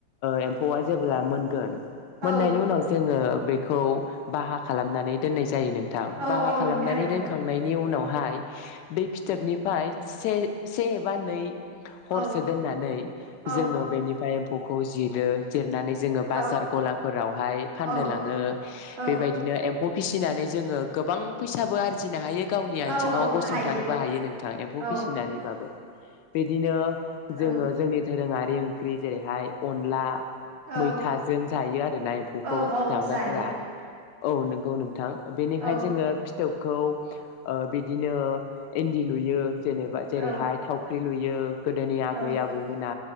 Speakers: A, on the left (about 75°); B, on the right (about 85°).
A: एम्फौआ ओ जेब्ला मोनगोन
B: औ
A: मोननायनि उनाव जोङो बेखौ बाहा खालामनानै दोननाय जायो जायो नोंथां
B: औ
A: बाहा
B: औ
A: खालामनानै
B: नोंथां नंगौ
A: दोनखांनायनि उनाव हाय बे फिथोबनिफ्राय से से एबा नै
B: औ
A: हरसो दोननानै
B: औ
A: जोङो बेनिफ्राय एम्फौखौ जिरो जिरनानै जोङो बाजार
B: औ
A: गलाफोरावहाय फाननो
B: औ
A: लाङो
B: औ
A: बेबायदिनो एम्फौ फिसिनानै जोङो गोबां फैसाबो आरजिनो हायो गावनि आथिंआव
B: औ औ
A: गसंथानोबो
B: हायो
A: हायो नोंथां एम्फौ
B: औ
A: फिसिनानैबाबो बिदिनो
B: औ
A: जोङो जोंनि धोरोङारि खारदै ओंख्रि जेरैहाय अनला
B: औ
A: मैथाजों जायो आरो आरो ना एम्फौखौ
B: औ औ
A: जाग्राफोरा
B: जायो
A: औ नंगौ नोंथां बेनिखाय
B: औ
A: जोङो फिथोबखौ ओ बिदिनो इन्दि लुयो जेनेबा जेरैहाय
B: औ
A: थावख्रि लुयो गोदोनि आबै
B: औ
A: आबौमोना